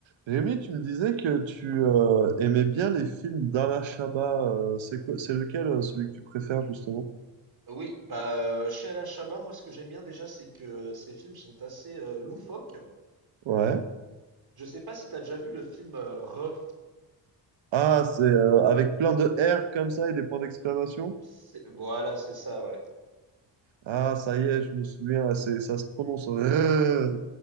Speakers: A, on the right; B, on the right.
A: Rémi, tu me disais que tu euh, aimais bien les films d'Alain Chabat. euh, c'est quoi, c'est lequel, euh, celui que tu préfères, justement?
B: Oui, bah, euh, chez Alain Chabat, moi, ce que j'aime bien déjà, c'est que euh, ces films sont assez euh, loufoques.
A: Ouais.
B: Je sais pas si tu as déjà vu le film euh, Re.
A: Ah, c'est euh, avec plein de R comme ça et des points d'exclamation?
B: C'est- Voilà, c'est ça, ouais.
A: Ah, ça y est, je me souviens, ah, c'est, ça se prononce RRR.